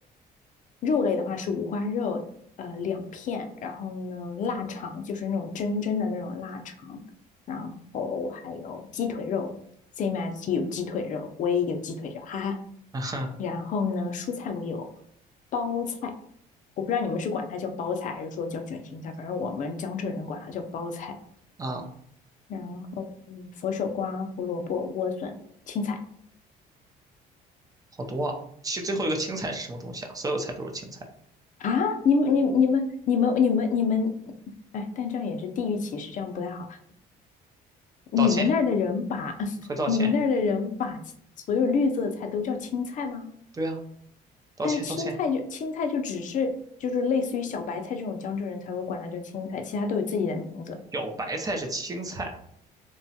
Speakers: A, on the left (about 50°); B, on the right (about 20°).
A: 肉类的话是五花肉，呃，两片，然后呢，腊肠就是那种真真的那种腊肠，然后还有鸡腿肉，same as you 鸡腿肉，我也有鸡腿肉，哈哈。
B: 嗯哼
A: 然后呢，蔬菜我有包菜，我不知道你们是管它叫包菜还是说叫卷心菜，反正我们江浙人管它叫包菜。
B: 啊，
A: 然后，嗯，佛手瓜、胡萝卜、莴笋、青菜
B: 好多啊。其最后一个青菜是什么东西啊？所有菜都是青菜。
A: 啊，你们、你们你们、你们、你们、你们，哎，但这样也是地域歧视，这样不太好。你们那儿的人把
B: 道歉，
A: <laughs>
B: 快道歉。
A: 你们那儿的人把所有绿色的菜都叫青菜吗？
B: 对啊，道歉道歉。
A: 但是青菜就青菜就只是就是类似于小白菜这种江浙人才会管它叫青菜，其他都有自己的名字。
B: 小白菜是青菜，